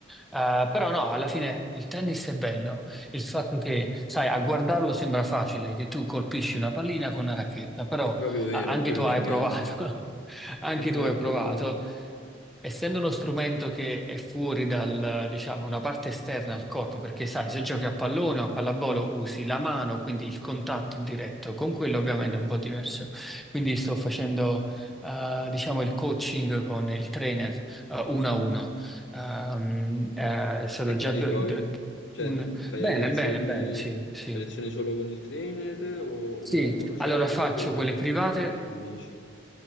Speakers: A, in the centre; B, on the left.
A: Eh, però no, alla fine il tennis è bello. Il fatto che, sai, a guardarlo sembra facile, che tu colpisci una pallina con una racchetta, però
B: È proprio vero,
A: ah, anche
B: è quello
A: tu hai
B: l'inganno.
A: provato,
B: <laughs>
A: <laughs> anche
B: No, no,
A: tu hai
B: è proprio
A: provato
B: vero.
A: Essendo uno strumento che è fuori dal, diciamo, una parte esterna al corpo, perché sai, se giochi a pallone o a pallavolo usi la mano, quindi il contatto è diretto, con quello ovviamente è un po' diverso. Quindi sto facendo, eh, diciamo, il coaching con il trainer, eh, uno a uno. Ehm, eh, sono
B: E come
A: già...
B: ti
A: do-
B: trovi?
A: do-
B: Cioè,
A: un...
B: t- fai
A: Bene,
B: le lezioni,
A: bene, bene, sì, sì.
B: fai lezioni solo con il trainer o
A: Sì,
B: uno a uno, certo,
A: allora faccio
B: oppure giochi
A: quelle private
B: anche con eh, amici?